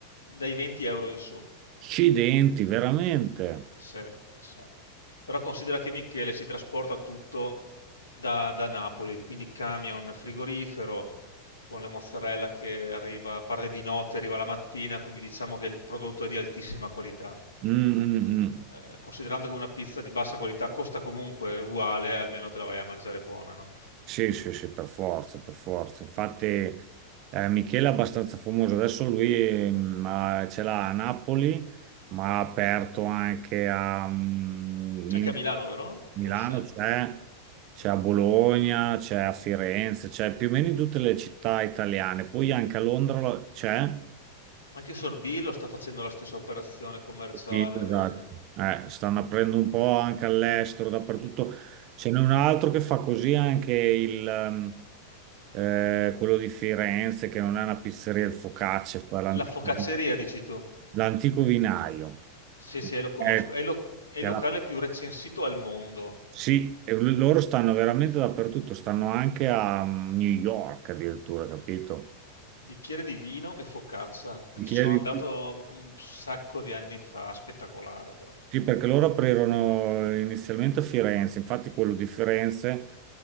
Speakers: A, on the left; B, on the right.
A: dai 20 euro in su.
B: Accidenti, veramente.
A: Sì, sì. Però considera che Michele si trasporta tutto da, da Napoli, quindi camion frigorifero con le mozzarella che arriva, parte di notte, arriva la mattina, quindi diciamo che il prodotto è di altissima qualità.
B: Mm, mm, mm.
A: Eh, considerando che una pizza di bassa qualità costa comunque uguale, almeno te la vai a mangiare buona, no?
B: Sì, sì, sì, per forza, per forza. Infatti, eh, Michele è abbastanza famoso. Adesso lui eh, ma ce l'ha a Napoli, ma ha aperto anche a mm, in
A: Anche a Milano, vero?
B: Milano,
A: Forse?
B: c'è, c'è a Bologna, c'è a Firenze, c'è più o meno in tutte le città italiane. Poi anche a Londra lo- c'è.
A: Anche Sorbillo sta facendo la stessa operazione commerciale.
B: Sì, esatto.
A: di-
B: Eh, stanno aprendo un po' anche all'estero, dappertutto. Ce n'è un altro che fa così anche il, ehm, eh, quello di Firenze, che non è una pizzeria, il focaccia, fa l'antico
A: La focacceria,
B: vi-
A: dici tu?
B: l'antico vinaio.
A: Sì, sì, lo conosco.
B: Eh,
A: È, il lo- è
B: che
A: il
B: alla-
A: locale più recensito al mondo.
B: Sì, e l- loro stanno veramente dappertutto, stanno anche a mm, New York addirittura, capito?
A: Bicchiere di vino e focaccia. Eh,
B: Ti
A: Ci
B: chiedi?
A: sono andato un sacco di anni fa, spettacolare però.
B: Sì, perché loro aprirono inizialmente a Firenze, infatti quello di Firenze,